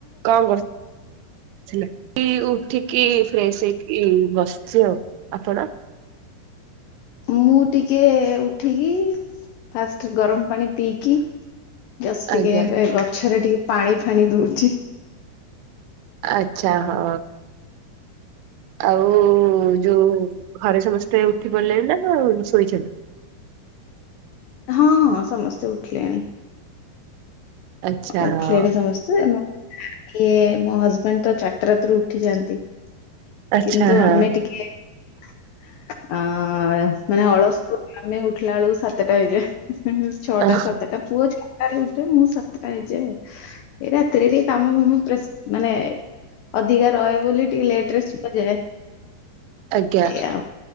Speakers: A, on the right; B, on the left.
A: କଣ କରୁ ଉଠିକି ଫ୍ରେଶ ହେଇକି ଏଇ ବସିଛି ଆଉ ଆପଣ
B: ମୁଁ ଟିକେ ଉଠିକି ଫାଷ୍ଟ ଗରମ ପାଣି ପିଇକି ଜସ୍ ଟିକେ
A: ଆଜ୍ଞା
B: ଏବେ ଗଛରେ ଟିକେ ପାଣି ଫାଣି ଦଉଛି।
A: ଆଚ୍ଛା ହଁ ଆଉ ଯୋଉ ଘରେ ସମସ୍ତେ ଉଠି ପଲେଣି ନା ଶୋଇଛନ୍ତି।
B: ହଁ ହଁ ସମସ୍ତେ ଉଠିଲେଣି।
A: ଆଚ୍ଛା
B: ଉଠିଲେଣି
A: ହଁ
B: ସମସ୍ତେ ଇଏ ମୋ ହଜବେଣ୍ଡ ତ ଚାରିଟା ରାତି ରୁ ଉଠି ଯାଆନ୍ତି।
A: ଆଚ୍ଛା
B: କିନ୍ତୁ
A: ହଁ
B: ଆମେ ଟିକେ ଅ ମାନେ ଅଳସୁ ଆମେ ଉଠିଲା ବେଳକୁ ସାତଟା ହେଇଯା ଛଅଟା
A: ହଁ
B: ସାତଟା ପୁଅ ଛଅଟାରେ ଉଠେ ମୁଁ ସାତଟା। ଏଇ ଯେ ଏଇ ରାତିରେ ଟିକ କାମ ଫାମ ମାନେ ଅଧିକା ରହେ ବୋଲି ଟିକେ ଲେଟରେ ଶୁଯାଏ
A: ଆଜ୍ଞା
B: ଏଇଆ।